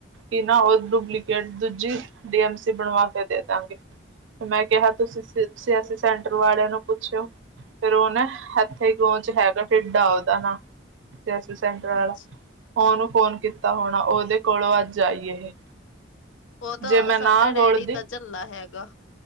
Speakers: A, on the right; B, on the left.
A: ਕਿ ਨਾ ਉਹ ਡੁਪਲੀਕੇਟ ਦੂਜੀ ਡੀ ਐਮ ਸੀ ਬਣਵਾ ਕੇ ਦੇ ਦਾਂਗੇ। ਤੇ ਮੈਂ ਕਿਹਾ ਤੁਸੀਂ ਸਿਆਸੀ ਸੈਂਟਰ ਵਾਲੇ ਨੂੰ ਪੁੱਛਿਓ ਫੇਿਰ ਉਹਨੇ ਹੱਥੇ ਗੋਹ ਚ ਹੈਗਾ ਟੇਡਾ ਉਹਦਾ ਨਾਂ। ਸੈਂਟਰਾ
B: ਅੱਛਾ।
A: ਉਹਓਨੂੰ ਫੋਨ ਕੀਤਾ ਹੋਣਾ ਉਹਦੇ ਕੋਲੋਂ ਅੱਜ ਆਈ ਇਹ।
B: ਉਹ ਤਾਂ
A: ਜੇ ਮੈਂ
B: ਸੰਡਾ
A: ਨਾ
B: ਡੈਡੀ
A: ਗੋਲਦੀ
B: ਹੀ ਤਾਂ ਝੱਲਲਾ ਹੈਗਾ।